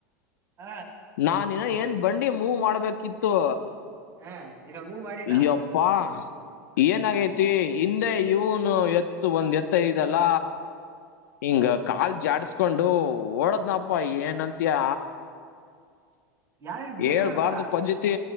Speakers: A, on the right; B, on the left.
A: ಹ
B: ನಾನ ಏನ್ ಬಂಡಿ ಮೂವ್ ಮಾಡ್ಬೇಕಿತ್ತು
A: ಹ ಇನ್ನ ಮೂವ್ ಮಾಡಿಲ್ಲ
B: ಯ್ಯಪ್ಪಾ ಏನಾಗೈತಿ ಹಿಂದೆ ಇವನು ಎತ್ತು ಒಂದ್ ಎತ್ತೈದಲ್ಲ ಹಿಂಗ
A: ಹ
B: ಕಾಲ್ ಜಾಡ್ಸ್ಕೊಂಡು ಓಡದ್ನಪ್ಪ ಏನ ಅಂತಯ
A: ಯಾವ ನೀನಗ್
B: ಹೇಳ್ಬಾರ್ದು
A: ಹೊಡದ್ರ
B: ಪಜತಿ